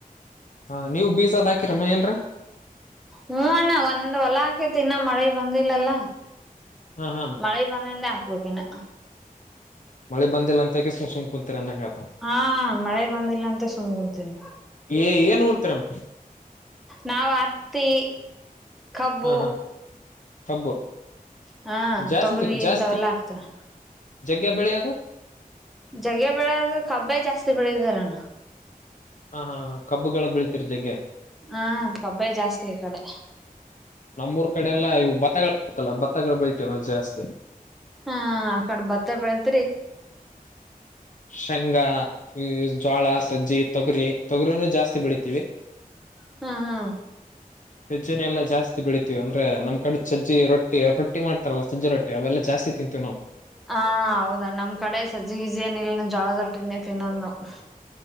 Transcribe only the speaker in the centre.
ಹೂ ಅಣ್ಣ ಒಂದ್ ಹೊಲ ಹಾಕೆ ತಿ ಇನ್ನ ಮಳೆ ಬಂದಿಲ್ಲಲ್ಲ
ಮಳೆಯ ಬಧಂದ ಹಬೇಕಕಿನ
ಹಾ ಮಳೆ ಬಂದಿಲ್ಲ ಅಂತ ಸುಮ್ ಕುಂತೀನಿ
ನಾವ ಹತ್ತಿ ಕಬ್ಬು.
ಹಾ
ತೊಗರಿ
ಇಂತವೆಲ್ಲಾ ಹಾಕ್ತಾರೆ.
ಜಗ್ಗೆ ಬೆಳೆದು ಕಬ್ಬೆ ಜಾಸ್ತಿ ಬೆಳಿದಾರಣ್ಣ.
ಹಾ ಕಬ್ಬೆ ಜಾಸ್ತಿ ಈ ಕಡೆ.
ಹಾ ಆಕಡೆ ಬತ್ತ ಬೆಳೆ.
ಹ್ಮ ಹಾ
ಹಾ ಹೌದಾ ನಮ್ ಕಡೆ ಸಜ್ಜಿಗಿಜ ಏನ್ ಇಲ್ನ ಜೋಳ ದಟ್ಟಿನೇ ತಿನ್ನೊದು ನಾವೆಲ್ಲ